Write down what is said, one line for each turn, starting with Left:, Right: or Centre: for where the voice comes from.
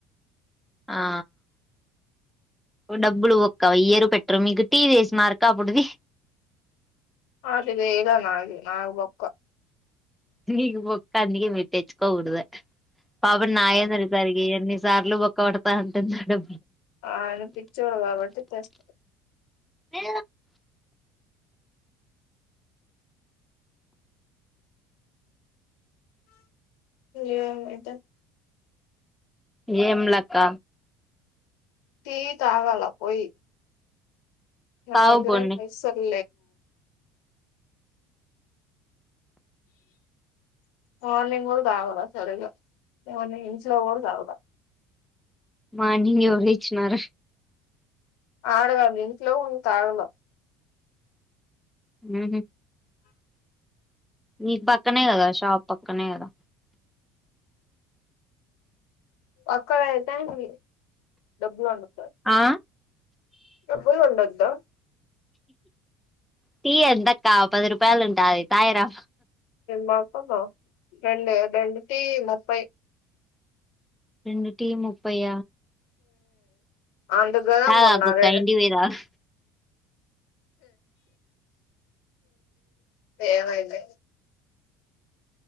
Centre: ఆ అవి డబ్బులు ఒ ఇక్కవయ్యరు పెట్టరు మీకు టీ ఎసినార్క అప్పుడుది.
Left: పదివేల నాగి నాకి పక్క
Centre: నీకు బొక్క అందుకే మీరు తెచ్చుకోకూడదు. పాపం నాయందరిసరికి ఎన్ని సార్లు బొక్క పేడతా అంటున్నాడు.
Left: అడు పిచ్చోడు కాబట్టి తెస్తడు.
Centre: ఏ
Left: ఏ ఇంట
Centre: ఏంలక్క
Left: తీటీ త ఆగాాల పోయిది ననగ్రం
Centre: తావు పోనీ
Left: పైసల మార్నింగ్ కూడా కావాల సరి్గా ఇంచస్లోఓదు అగా
Centre: మా న ఎవర ఇచ్చినార
Left: ఆడ కాదు ఇంట్లో ఉ తాగలో
Centre: ఆ మీ పక్కనే కదా షాప్ పక్కనే కదా
Left: అక్కడ అతేా మీ డబ్లు అను
Centre: ఆ
Left: ఎప్పు ఉండంతా
Centre: టీ ఎంతక్క పది రూపాయలు ఉంటాది తాయిరా
Left: మాకమ రెం రెండటి ముప్పై
Centre: రెం టీ ముప్పయ
Left: అందుకు కదా
Centre: తాగాకొక్క
Left: మొన్నారే
Centre: ఇంటికి పోయి తాగు
Left: ఏమైంది